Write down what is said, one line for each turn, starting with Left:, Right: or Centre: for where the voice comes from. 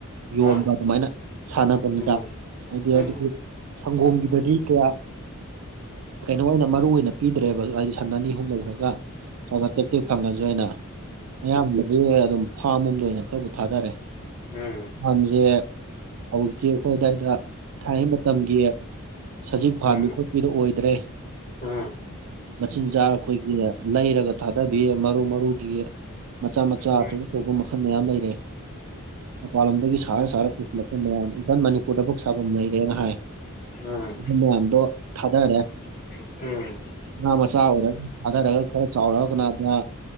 Right: ꯌꯣꯟꯕ
Left: ꯎꯝ
Right: ꯑꯗꯨꯃꯥꯏꯅ ꯁꯥꯟꯅꯕꯅꯤꯗ
Left: ꯎꯝ
Right: ꯍꯥꯏꯗꯤ
Left: ꯎꯝ
Right: ꯑꯗꯨꯕꯨ ꯁꯪꯒꯣꯝꯒꯤꯗꯗꯤ ꯀꯌꯥ ꯀꯩꯅꯣ ꯑꯣꯏꯅ ꯃꯔꯨ ꯑꯣꯏꯅ ꯄꯤꯗ꯭ꯔꯦꯕ ꯍꯥꯏꯗꯤ ꯁꯟ ꯑꯅꯤ ꯑꯍꯨꯝꯗꯣꯏ ꯈꯔꯒ ꯈꯔ ꯇꯦꯛ ꯇꯦꯛ ꯐꯪꯉꯁꯨ ꯑꯅ ꯑꯌꯥꯝꯕꯗꯤ ꯑꯗꯨꯝ ꯐꯥꯝ ꯑꯝꯗ ꯑꯣꯏꯅ ꯈꯔꯕꯨ ꯊꯥꯗꯔꯦ
Left: ꯎꯝ ꯎꯝ
Right: ꯃꯝꯁꯦ ꯍꯧꯖꯤꯛꯇꯤ ꯑꯩꯈꯣꯏ ꯑꯗꯨꯋꯥꯏꯗ ꯊꯥꯏꯅꯩ ꯃꯇꯝꯒꯤ ꯁꯖꯤꯛ ꯐꯥꯟꯕꯤ
Left: ꯎꯝ
Right: ꯈꯣꯠꯄꯤꯗꯣ
Left: ꯎꯝ
Right: ꯑꯣꯏꯗ꯭ꯔꯦ
Left: ꯎꯝ ꯎꯝ ꯎꯝ ꯎꯝ ꯎꯝ ꯎꯝ ꯎꯝ ꯎꯝ
Right: ꯃꯆꯤꯟꯖꯥꯛ ꯑꯩꯈꯣꯏꯒꯤ ꯂꯩꯔꯒ ꯊꯥꯗꯕꯤꯌꯦ ꯃꯔꯨ ꯃꯔꯨꯒꯤ ꯃꯆꯥ ꯃꯆꯥ
Left: ꯎꯝ
Right: ꯑꯆꯧ ꯑꯆꯧꯕ ꯃꯈꯜ ꯃꯌꯥꯝ ꯂꯩꯔꯦ ꯃꯄꯥꯟꯂꯣꯝꯗꯒꯤ ꯁꯥꯔ ꯁꯥꯔ ꯄꯨꯁꯤꯜꯂꯛꯄ ꯃꯌꯥꯝ ꯏꯚꯟ ꯃꯅꯤꯄꯨꯔꯗ ꯄꯨꯛ ꯁꯥꯐꯝ ꯂꯩꯩꯔꯦꯅ ꯍꯥꯏ
Left: ꯎꯝ
Right: ꯑꯗꯨ ꯃꯌꯥꯝꯗꯣ ꯊꯥꯗꯈꯔꯦ
Left: ꯎꯝ
Right: ꯉ ꯃꯆꯥ ꯑꯣꯏꯔꯒ ꯊꯥꯗꯔꯒ ꯈꯔ ꯆꯥꯎꯔꯛꯑ ꯀꯅ ꯑꯗꯨꯅ